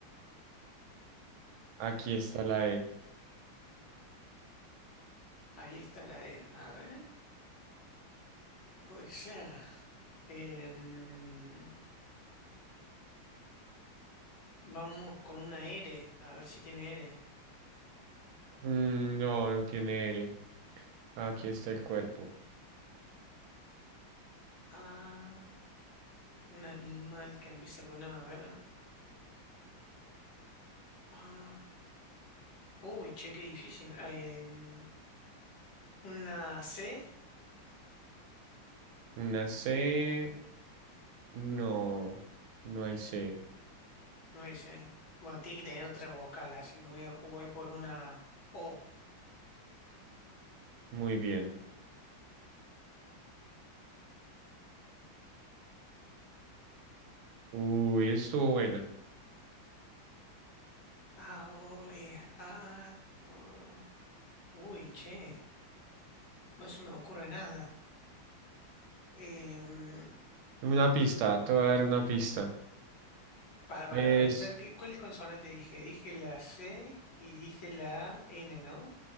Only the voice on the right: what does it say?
Aquí está la E.
Mm, no, no tiene R. Aquí está el cuerpo.
Una C. No, no hay C.
Muy bien. Uy, estuvo buena.
Una pista, te voy a dar una pista.
Es...